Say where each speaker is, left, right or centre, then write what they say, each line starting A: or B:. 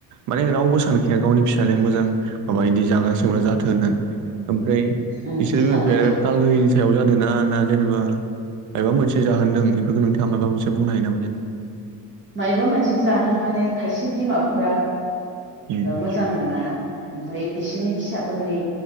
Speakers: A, on the right; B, on the right.
A: माने रावबो सानखाया गावनि फिसालाया मोजां माबा इदि जाग्रा सोबग्रा जाथों
B: उम
A: होननानै ओमफ्राय
B: उम
A: बिसोर
B: साना
A: बिमा बिफाया ताल होयिनि सायाव जादों ना ना जेनेबा मायबा मोनसे जाहोनदों बेफोरखौ नोंथाङा माबा मोनसे बुंनो हायो नामा जेन
B: मायबा मोनसे जाहोन माने खायसे बिमाफोरा
A: उम
B: मोजां नङाना। ओमफ्राय बिसोरनि फिसाफोरनि